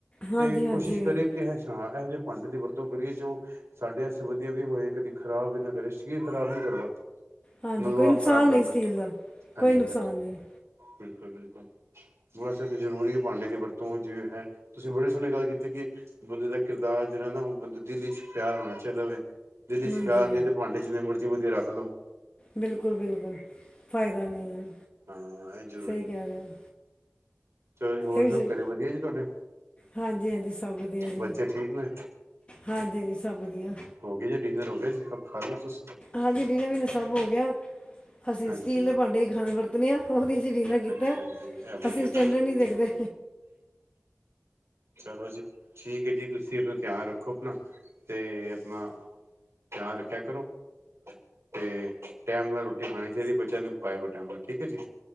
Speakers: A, on the left; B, on the right.
A: ਹਾਂਜੀ
B: ਤੇ
A: ਹਾਂਜੀ
B: ਕੋਸ਼ਿਸ਼ ਕਰੀਏ ਕਿ ਹੱਛਾ ਐਹੋ ਜਿਹੇ ਭਾਂਡੇ ਦੀ ਵਰਤੋਂ ਕਰੀਏ ਜੋ ਸਾਡੇ ਆਸਤੇ ਵਧੀਆ ਵੀ ਹੋਵੇ ਕਦੀ ਖਰਾਬ ਵੀ ਨਾ ਕਰੇ ਸਟੀਲ ਖਰਾਬ ਨੀ ਕਰਦਾ।
A: ਹਾਂਜੀ
B: ਨਲੁਹਾ
A: ਕੋਈ ਨੁਕਸਾਨ
B: ਖ਼ਰਾਬ ਕਰਦਾ,
A: ਨਹੀਂ ਸਟੀਲ ਦਾ
B: ਹਾਂਜੀ-
A: ਕੋਈ ਨੁਕਸਾਨ
B: ਹਾਂਜੀ।
A: ਨਹੀਂ
B: ਬਿਲਕੁਲ-ਬਿਲਕੁਲ ਵੈਸੇ ਤੇ ਜ਼ਰੂਰੀ ਐ। ਭਾਂਡੇ ਦੀ ਵਰਤੋਂ ਜਿਵੇਂ ਹੈ, ਤੁਸੀਂ ਬੜੀ ਸੋਹਣੀ ਗੱਲ ਕੀਤੀ ਕਿ ਬੰਦੇ ਦਾ ਕਿਰਦਾਰ ਜਿਹੜਾ, ਨਾ ਉਹ ਬੰਦੇ ਦਿੱਲ ਵਿਚ ਪਿਆਰ ਹੋਣਾ ਚਾਹੀਦਾ ਵੇ, ਦਿੱਲ ਵਿਚ
A: ਹਾਂਜੀ
B: ਪਿਆਰ ਨੀ ਤੇ ਭਾਂਡੇ ਜਿੰਨੇ ਮਰਜੀ ਵਧੀਆ ਰੱਖ ਲੋ
A: ਬਿਲਕੁਲ- ਬਿਲਕੁਲ ਫ਼ਾਇਦਾ ਨੀ ਐ,
B: ਹਾਂ ਇਹ ਜ਼ਰੂਰੀ
A: ਸਹੀ ਕਹਿ ਰੇ ੲੌ।
B: ਚਲੋ ਜੀ ਹੋਰ
A: ਏ
B: ਸਭ
A: ਸਈ,
B: ਘਰੇ ਵਧੀਆ ਜੀ ਤੁਹਾਡੇ
A: ਹਾਂਜੀ -ਹਾਂਜੀ ਸਭ ਵਧੀਆ ਜੀ।
B: ਬੱਚੇ ਠੀਕ ਨੇ
A: ਹਾਂਜੀ ਜੀ ਸਭ ਵਧੀਆਂ।
B: ਹੋਗੇ ਜੇ ਡਿਨਰ ਹੋ ਗਿਆ ਜੀ, ਸਬ ਖਾ ਲਿਆ, ਤੁਸੀਂ
A: ਹਾਂਜੀ ਡੀਨਰ ਵੀਨਰ ਸਭ ਹੋਗਿਆ, ਅਸੀਂ
B: ਹਾਂਜੀ
A: ਸਟੀਲ ਦੇ ਭਾਂਡੇ ਖਾਂਣੇ ਵਰਤ ਉਹਦੇ ਚ ਈ ਡਿਨਰ ਕੀਤਾ,
B: ਹਾਂਜੀ ਹਾਂਜੀ ਇਹ ਵਧੀਆ
A: ਅਸੀਂ
B: ਬਹੁਤ
A: ਸਟੈਂਡਰਡ
B: ਵਧੀਆ
A: ਨੀਂ ਦੇਖਦੇ
B: ਚਲੋ ਜੀ, ਠੀਕ ਹੈ ਜੀ ਤੁਸੀਂ ਆਪਣਾ ਧਿਆਨ ਰੱਖੋ ਆਪਣਾ ਤੇ ਆਪਣਾ ਧਿਆਂਨ, ਰੱਖਿਆ ਕਰੋ। ਤੇ ਟੈਮ ਨਾਲ ਰੋਟੀ ਖਾਣੀ ਚਾਹੀਦੀ, ਬੱਚਿਆਂ ਨੂੰ ਖਵਾਇਆ ਕਰੋਂ ਟੈਮ ਨਾਲ ਠੀਕ ਹੈ ਜੀ।